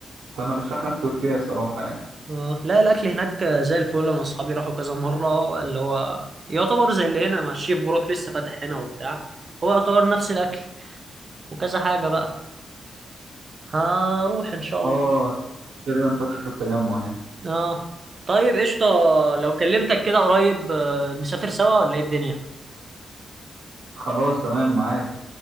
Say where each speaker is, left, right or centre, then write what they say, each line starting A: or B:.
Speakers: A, on the right (about 85°); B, on the right (about 45°).
A: فأنا أرشح لك تركيا صراحة يعني
B: اه لا الاكل هناك زي الفل انا اصحابي راحوا كذا مرة اللي هو يعتبر زي اللي هنا مع الشيف بوراك لسه فاتح هنا وبتاع هو يعتبر نفس الاكل وكذا حاجة بقى هروح إن شاء الله
A: آه تقريبا فتح في التجمع يعني
B: آه طيب قشطة لو كلمتك كده قريب آه، نسافر سوا ولا إيه الدنيا
A: خلاص تمام معاك